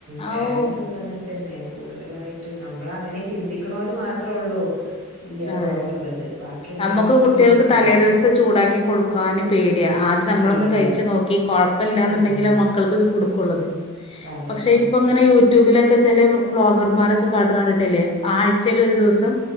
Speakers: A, on the right (about 85°); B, on the left (about 25°).
A: പാരൻസും,
B: ആഹ് ഓ
A: ഇപ്പ അങ്ങനെ തന്നെ കൂടുതലായിട്ടും. നമ്മൾ അങ്ങനെ ചിന്തിക്കണല് മാത്രേ ഉള്ളൂ. ഇല്ല
B: അതെ
A: കുറവുള്ളത് ബാക്കിയുള്ളവലൊക്കെയും
B: നമ്മുക്ക് കുട്ടികൾക്ക്
A: തന്നെ
B: തലേ ദിവസത്തെ ചൂടാക്കി കൊടുക്കുന് പേടിയാ, ആദ്യം നമ്മളൊന്ന്
A: പേടിയാ
B: കഴിച്ചു നോക്കി കുഴപ്പമില്ലാന്നുണ്ടെങ്കില്ലേ
A: ആഹ്
B: മക്കൾക്ക് അത് കൊടുക്കുള്ളത്.
A: അതന്നെ
B: പക്ഷെ ഇപ്പൊ ഇങ്ങനെ യൂട്യൂബില് ചെല വ്ലോഗർമാരൊക്കെ കാട്ടണ കണ്ടിട്ടല്ലേ ആഴ്ചൽ ഒരു ദിവസം.